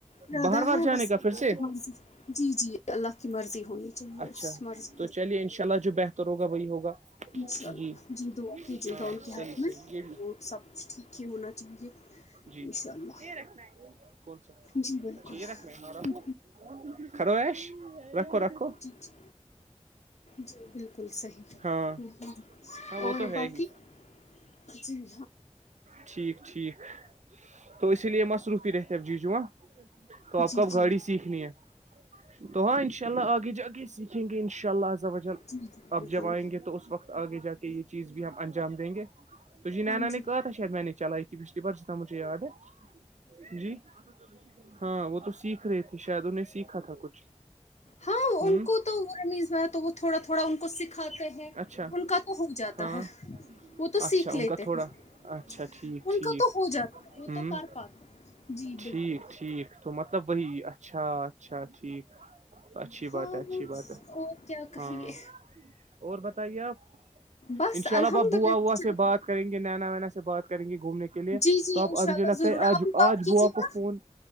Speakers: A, on the left; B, on the right.
A: ارادہ
B: باہر باہر
A: ہیں
B: جانے
A: بس
B: کا پھر
A: اللہ
B: سے
A: کی مرضی جی جی اللہ کی مرضی ہونی چاہیے
B: اچھا
A: اس مرض
B: تو چلیے ان شاء اللہ جو بہتر ہوگا وہی ہوگا
A: انشاء اللہ
B: جی
A: دعا کیجیے
B: ہاں
A: گا ان کے
B: صحیح
A: حق میں وہ سب کچھ ٹھیک ہی ہونا چاہیے
B: جی
A: انشاء اللہ
B: یہ رنا ہے کون سا
A: جی بالکل
B: اچھا یہ رکھ رکھو
A: ہم،
B: خروش رکھو رکھو
A: جی جی جی بالکل صحی
B: ہاں
A: ہ ہ
B: ہاں وہ
A: اور
B: تو ہے
A: باقی
B: ہی
A: اچھ بھی
B: ٹھیک ٹھیک تو اسی لیے مصروفی رہتے اب جی ج ہاں تو آپ
A: جی
B: کوب
A: جی
B: گھڑی سیکھنی ہے تو ہاں ان شاء اللہ آگے جا کے سیکھیں گے انشاء اللہ الزوجل
A: جی جی
B: اب
A: بالکل
B: جب آئیں گے تو اس وقت آگے جا کے یہ چیز بھی ہم انجام دیں گے مجھے نینا
A: ہاں جی
B: نے کہا تھا شاید میں نے چلائی تھی پچھلی بار جتنا مجھے یاد ہے جی ہاں وہ تو سیکھ رہی تھی شاید انہیں سیکھا تھا کچھ
A: ہاں
B: ہوں
A: ان کو تو وہ رمیش بھائی تو وہ تھوڑا تھوڑا ان کو سکھاتے ہیں
B: اچھا
A: ان کا تو ہو جاتا
B: ہاں
A: ہے وہ تو سیکھ
B: اچھا ان
A: لیتے
B: کا تھوڑا
A: ان
B: اچھا ٹھیک ٹھیک
A: کا تو ہو جاتا وہ
B: ہوں
A: تو کر پاتے جی
B: ٹھیک
A: بالکل
B: ٹھیک تو مطلب وہی اچھا اچھا ٹھیک اچھی
A: ہاں
B: بات ہے اچھی
A: اور
B: بات ہے
A: کیا کہیے
B: ہاں اور بتائیے آپ
A: بس
B: ان شاء اللہ
A: الحمد
B: اب اپ بوا
A: للہ
B: ہوا سے بات کریں گے نینا وینا سے بات کریں گے گھومنے کے لیے
A: جی جی
B: تو آپ
A: ان شاء
B: مجھے
A: اللہ
B: لگتا
A: ضرور
B: ہے آج
A: آپ بھی بات
B: آج
A: کیجیے
B: بوا کو
A: گا
B: فون